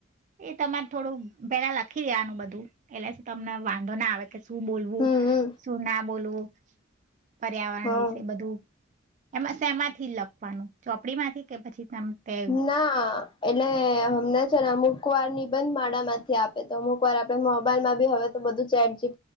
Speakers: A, on the right (about 40°); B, on the left (about 25°).
A: એ તમારે થોડું પેલા લખી દેવા નું બધું એટલે તમને વાંધો ના આવે. કે શું બોલવું,
B: હમ
A: શું ના બોલવું. <inaudible> પર્યાવરણ
B: હા
A: વિશે બધું એમાં સેમાં થી લપ પાનું ચોપડી માંથી કે પછી તમ તે
B: ના એટલે હમને છે ને અમુક અમુક વાર નિબંધ માળા માંથી આપે તો અમુક વાર આપડે મોબાઈલમાં ભી હવે તો બધું ચેટ જી